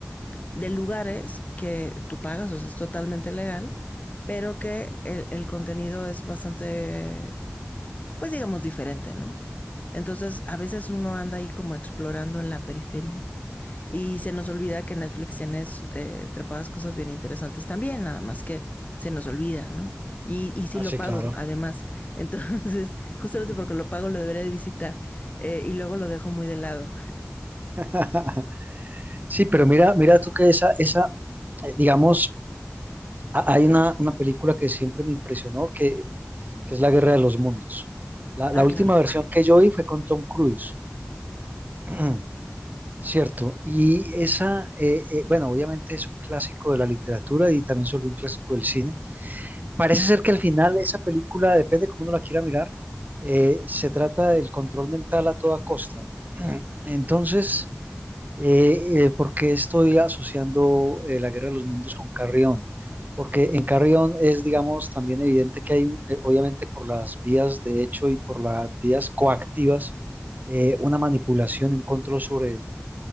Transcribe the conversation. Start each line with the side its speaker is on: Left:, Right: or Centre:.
Left: de lugares que tú pagas, o sea, es totalmente legal, pero que el, el contenido es bastante pues digamos diferente, ¿no? Entonces, a veces uno anda ahí como explorando en la periferia y se nos olvida que Netflix tiene eh, trepadas cosas bien interesantes también, nada más que se nos olvida, ¿no? Y, y sí
Right: Ah,
Left: lo
Right: sí,
Left: pago,
Right: claro.
Left: además. Entonces, <laughs> justamente
Right: Ujú.
Left: porque lo pago, lo debería de visitar eh, y luego lo dejo muy de lado.
Right: <laughs> Sí, pero mira, mira tú que esa, esa, eh, digamos, Ha- Hay una, una película que siempre me impresionó, que, que es La Guerra de los Mundos. La,
Left: Ah,
Right: la última
Left: claro.
Right: versión que yo vi fue con Tom Cruise, <clears throat> ¿cierto? Y esa, eh, eh, bueno, obviamente es un clásico de la literatura y también se volvió un clásico del cine. Parece ser que al final esa película, depende cómo uno la quiera mirar, eh, se trata del control mental a toda costa. <clears throat> Entonces, eh, eh, ¿por qué estoy asociando eh, la Guerra de los Mundos con Carry On? Porque en Carry On es, digamos, también evidente que hay, un- eh, obviamente por las vías de hecho y por las vías coactivas, eh, una manipulación, un control sobre,